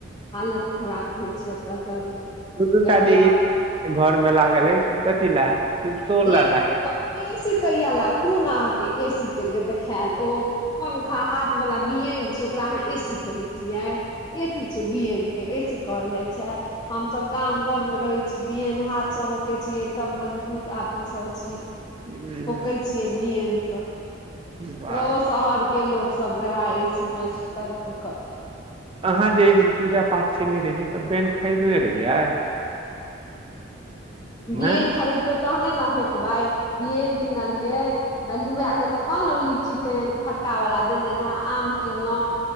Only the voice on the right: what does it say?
दू दूटा
जे एक घर मे लागल अइ से कथी लए <unintelligible>
राख
ह
वाह
अहाँ जे पूजा पाठ केने रहियै तऽ बैन खरीदने रहियै। <inaudible> नहि